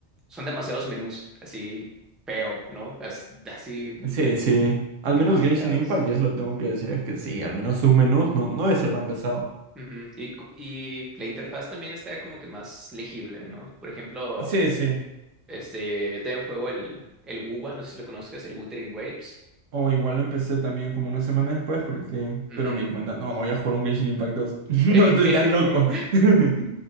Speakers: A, in the centre; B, on the right.
A: son demasiados menús, así feo, ¿no? As- Así, un
B: Sí,
A: menú,
B: sí. Al
A: demasiados.
B: menos Genshin Impact, ya se lo tengo que decir, es que sí, al menos sus menús no, no debe ser tan pesado.
A: Ujú, Y, cu- y la interfaz también está como que más legible, ¿no? Por ejemplo,
B: Sí, sí.
A: este, yo tengo en juego el, el WUWA, no sé si lo conozcas, el Wuthering Waves.
B: O igual lo empecé también como una semana después porque...
A: Ujú.
B: Pero me di cuenta, no, no voy a jugar un Genshin Impact 2. <laughs> No
A: Sí,
B: estoy tan loco.
A: <laughs>
B: <laughs>